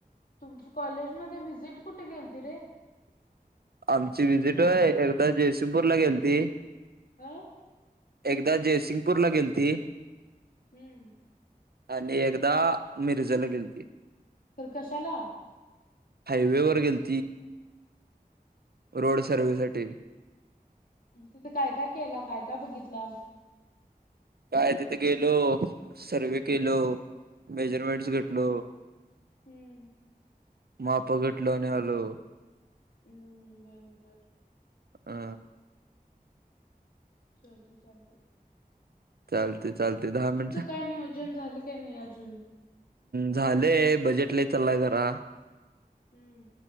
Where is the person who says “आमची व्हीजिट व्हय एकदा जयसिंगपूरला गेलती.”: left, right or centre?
Right